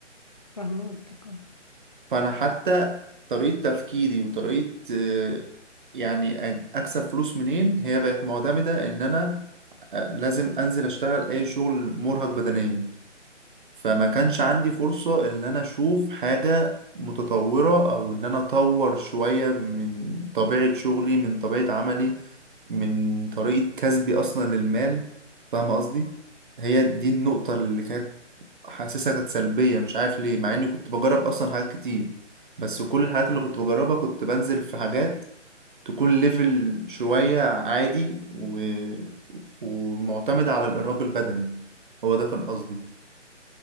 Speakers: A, on the left (about 30°); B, on the right (about 40°).
A: فاهمة قصدك أه
B: فانا حتى طريقه تفكيري وطريقه آه، يعني أ- اكسب فلوس منين هي بقت معتمده ان انا آه، لازم انزل اشتغل اي شغل مرهق بدنيا فما كانش عندي فرصه ان انا اشوف حاجه متطوره او ان انا اطور شويه من طبيعه شغلي من طبيعه عملي من طريقه كسبي اصلا للمال فاهم قصدي هي دي النقطه اللي كانت حاسسها كانت سلبية مش عارف ليه مع اني كنت بجرب اصلا حاجات كتير بس كل الحاجات اللي كنت بجربها كنت بنزل في حاجات تكون ليفل شوية عادي و... ومعتمدة على الإرهاق البدني هو ده كان قصدي